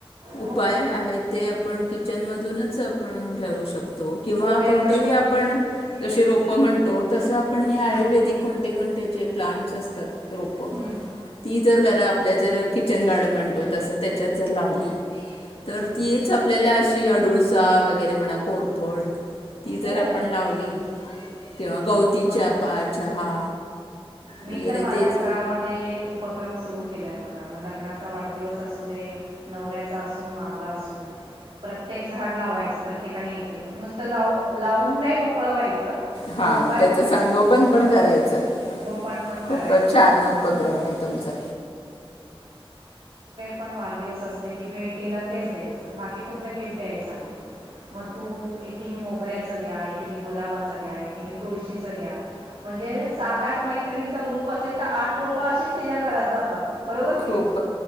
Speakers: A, on the right (about 65°); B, on the left (about 75°).
A: हो
B: उपाय आहे ते आपण किचनमधूनच आपण घेऊ शकतो तो किंवा
A: ओव्याचा
B: कोणतेही
A: दूर
B: आपण जशी रोपं म्हणतो तसं आपण हे
A: हम्म,
B: आयुर्वेदिक कोणते कोणते जे प्लांट्स असतात रोप
A: हम्म,
B: ती जर घर आपल्या जर किचन गार्डन म्हणतो तसं त्याच्यात जर लावली तर
A: हम्म.
B: तीच आपल्याला अडुळसा वगैरे म्हणा कोरफड ती
A: हो
B: जर पण लावली किंवा गवतीच्या
A: मग
B: पा चहा
A: मी
B: वगैरे
A: तर माझ्या
B: तेच
A: घरामध्ये उपक्रम सुरू केलंय बघा मग लग्नाचा वाढदिवस असू दे नवऱ्याचा असू माझा असू प्रत्येक झाड लावायचं प्रत्येकाने एक एक नुसतं जाऊ लावून नाही मोकळवायचं <unintelligible>
B: हां त्याचं संगोपन पण करायचं
A: पण
B: खूप
A: करायचा
B: छान उपक्रम आहे तुमचा
A: पण वाढदिवस अस की भेटीला तेच द्यायच बाकी कुठला गिफ्ट द्यायचा नाही मग तू एकी मोगऱ्याच द्या एकि गुलाबाच द्या एक तुळशीच द्या म्हणजे सात आठ मै मैत्रिणींचा ग्रुप असेल तर आठ रोप अशीच तिच्या घरात जातात बरोबर
B: खूप
A: की नाही